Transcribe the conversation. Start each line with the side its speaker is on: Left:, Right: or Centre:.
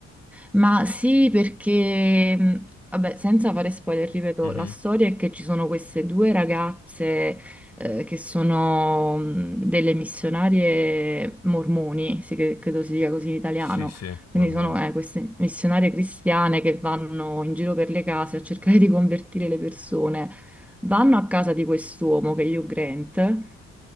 Centre: Ma sì, perché, mh, vabbè, senza fare spoiler, ripeto,
Left: Mhm.
Centre: la storia è che ci sono queste due ragazze eh, che sono mh, delle missionarie mormoni, sì, che- credo si dica così in italiano,
Left: Sì, sì, Mormoni.
Centre: quindi sono eh, queste missionarie cristiane che vanno in giro per le case a cercare di convertire le persone. Vanno a casa di quest'uomo che è Hugh Grant